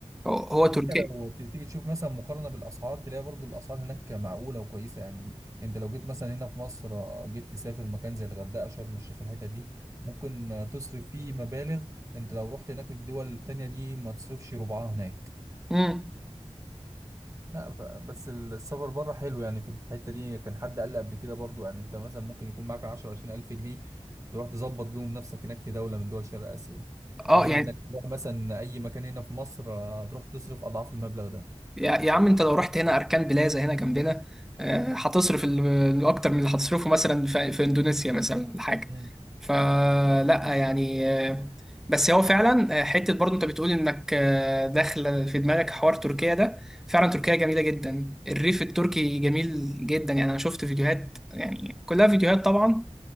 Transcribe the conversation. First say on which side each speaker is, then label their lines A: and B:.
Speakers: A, in the centre; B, on the right (about 25°).
A: هو هو
B: وحتى
A: تركيا
B: لو ت- تيجي تشوف مثلا مقارنه بالاسعار تلاقي برضو الاسعار هناك معقوله وكويسه يعني انت لو جيت مثلا هنا في مصر آه، جيت تسافر مكان زي الغردقه شرم الشيخ الحتت دي ممكن آه، تصرف فيه مبالغ انت لو رحت هناك الدول التانية دي ما تصرفش ربعها هناك
A: امم
B: لا ف- بس السفر بره حلو يعني في الحتة دي كان حد قال لي قبل كده برضو يعني انت مثلا ممكن يكون معاك 10 20 ألف جنيه تروح تظبط بيهم نفسك هناك في دولة من دول شرق آسيا
A: اه
B: في حين
A: يعني
B: انك تروح مثلا أي مكان هنا في مصر آه، تروح تصرف أضعاف المبلغ
A: يا يا عم انت لو رحت هنا اركان بلازا هنا جنبنا آه، هتصرف ال- اكتر من اللي هتصرفه مثلا في في اندونيسيا مثلا ولا حاجه
B: ده
A: فلا يعني آه، بس هو فعلا آه، حته برضه انت بتقول انك آه، داخله في دماغك حوار تركيا ده فعلا تركيا جميله جدا الريف التركي جميل جدا يعني انا شفت فيديوهات يعني كلها فيديوهات طبعا